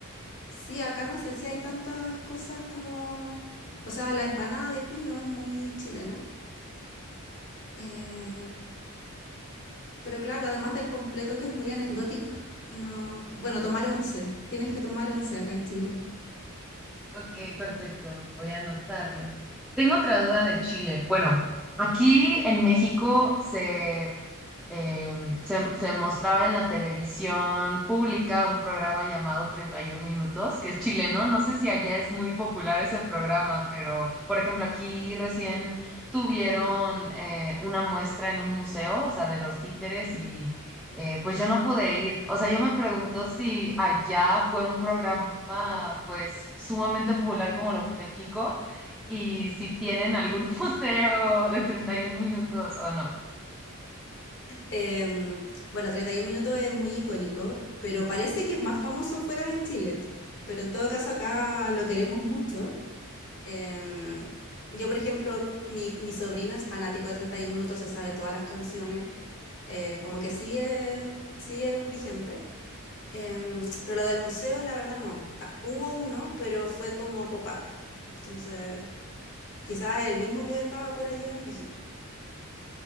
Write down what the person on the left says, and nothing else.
Sí, acá no sé si hay tantas cosas como... O sea, la empanada de pino es muy chilena. eh, pero claro, además del completo que es muy anecdótico, no... Bueno, tomar once. Tienes que tomar once acá en Chile.
Em, bueno, 31 minutos es muy icónico, pero parece que es más famoso fuera de Chile. Pero en todo caso acá lo queremos mucho. Em, yo, por ejemplo, c- mi, mi sobrino es fanático de 31 minutos, se sabe todas las canciones. eh, como que sigue, sigue vigente. Em, pero lo del museo, la verdad, no. Ah, hubo uno, pero fue como pop-up. Entonces, quizás el mismo que andaba por allá en México.